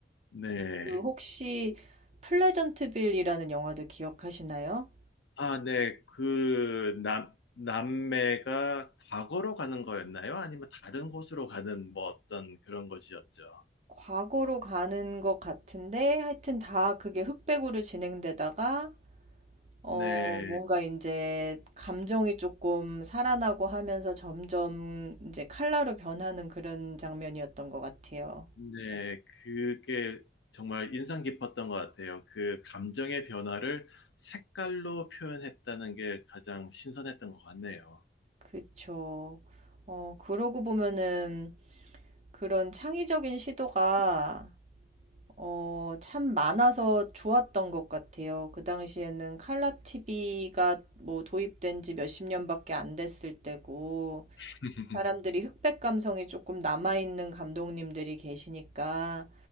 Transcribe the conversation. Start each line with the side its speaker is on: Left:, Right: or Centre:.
Left: 네.
Right: 그 혹시 플레전트빌이라는 영화도 기억하시나요?
Left: 아, 네. 그 남, 남매가 과거로 가는 거였나요? 아니면 다른 곳으로 가는 뭐 어떤 그런 것이었죠.
Right: 과거로 가는 것 같은데 하여튼 다 그게 흑백으로 진행되다가 어
Left: 네.
Right: 뭔가 이제 감정이 조금 살아나고 하면서 점점 이제 칼라로 변하는 그런 장면이었던 것 같아요.
Left: 네, 그게 정말 인상 깊었던 것 같아요. 그 감정의 변화를 색깔로 표현했다는 게 가장 신선했던 것 같네요.
Right: 그쵸. 어, 그러고 보면은 그런 창의적인 시도가 어, 참 많아서 좋았던 것 같아요. 그 당시에는 칼라 TV가 뭐 도입된 지 몇 십 년밖에 안 됐을 때고,
Left: <laughs>
Right: 사람들이 흑백 감성이 조금 남아있는 감독님들이 계시니까,